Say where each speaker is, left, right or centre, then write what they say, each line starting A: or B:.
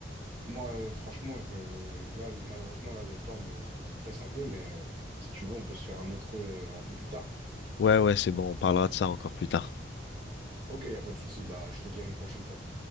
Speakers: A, on the right; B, on the left.
A: moi, euh, franchement, je, là, malheureusement, là, le temps me, me presse un peu, mais euh, si tu veux, on peut se faire un autre call euh, un peu plus tard.
B: Ouais, ouais, c'est bon, on parlera de ça encore plus tard.
A: Ok, y a pas de souci. Bah, je te dis à une prochaine fois.